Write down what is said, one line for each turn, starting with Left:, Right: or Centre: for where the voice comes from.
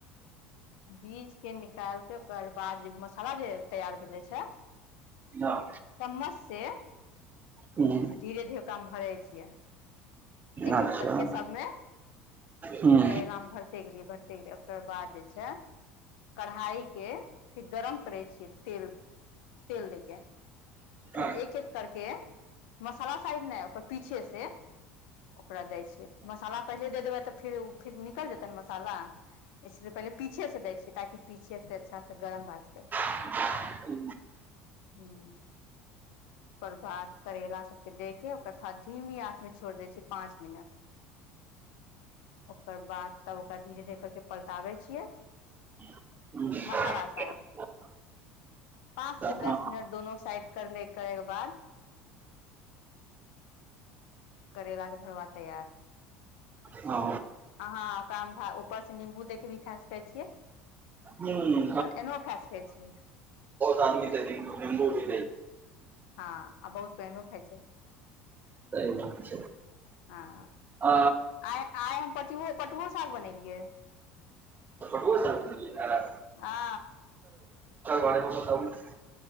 Left: बीज के निकाल ओकर बाद जे मसाला जे तैयार भेलेय छै
Right: ह
Left: बस से
Right: हूं
Left: धीरे धीरे काम भरै छियै एक
Right: अच्छा
Left: एक करके सबमे
Right: हूं
Left: करैला मे भरते गेलियै भरते गेलियै ओकर बाद जे छै कढ़ाइ के फिर गरम करै छियै तेल तेल दै के
Right: अच्छा
Left: फिर एक एक करके मसाला साइड नै ओकर पीछे से ओकरा दै छियै मसाला पहिले दे देबै तऽ फेर फिर निकल जेतै ने मसाला इसलि पहिले पीछेसँ दै छियै ताकि पीछेसँ अच्छासँ गरम भए जेतय
Right: <inaudible>
Left: हं पर भात करेला सबके दे के ओकरा थाद धीमी आँच मे छोड़ देय छ पाँच मिनट ओकर बाद तब ओकरा धीरे धीरे कर कऽ पलटाबै छियै
Right: <inaudible>
Left: मसाला साइड पाँच से दस
Right: हँ
Left: मिनट दोनो साइड करने करे के बाद करेला के भरवा तैयार
Right: हँ
Left: अहाँ ओकरा मे ऊपर से निम्बू देख के भी खा सकै छियै
Right: हुँ
Left: और एनो खा सकय छिय
Right: <unintelligible> निम्बू <unintelligible>
Left: हँ आ बहुत <unintelligible> खाइ छै
Right: सही बात छै
Left: हां
Right: आ
Left: आइ आइ हम पटु पटुओ साग बनेलियै
Right: पटूओ साग खेलिहया
Left: हँ
Right: <unintelligible>